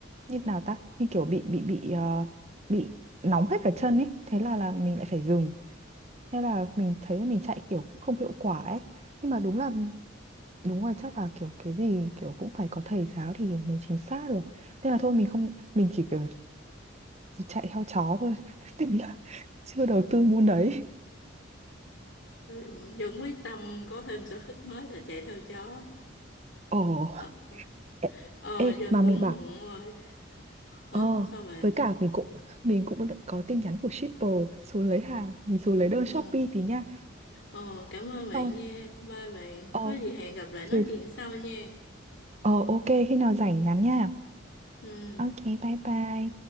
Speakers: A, on the right (about 35°); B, on the left (about 60°).
A: như nào ta, như kiểu bị bị bị ờ, bị nóng hết cả chân ấy, thế là là mình lại phải dừng. Thế là mình thấy là mình chạy kiểu cũng không hiệu quả ấy. Nhưng mà đúng là đúng rồi chắc là kiểu cái gì kiểu cũng phải có thầy giáo thì mới chính xác được. Thế là thôi mình không mình chỉ kiểu chạy theo chó thôi, <laughs> tức là chưa đầu tư môn đấy.
B: Tôi vẫn quyết tâm có thêm sở thích mới là chạy theo chó.
A: Ồ.
B: Ờ, ờ,
A: Ê,
B: ờ,
A: ê,
B: giờ
A: mà
B: cũng
A: mình bảo
B: muộn rồi. Hả?
A: Ờ
B: Sao bạn?
A: với cả mình cũng Mình cũng đã có tin nhắn của shipper Xuống lấy hàng Mình xuống lấy đơn
B: Ờ,
A: Shopee tí nha
B: ờ, cảm ơn bạn
A: Ờ
B: nha. Bye bạn.
A: Ờ
B: Có gì hẹn gặp lại nói
A: chứ-
B: chuyện sau nha.
A: ờ, ok khi nào rảnh nhắn nha
B: Ừ.
A: Ok bye bye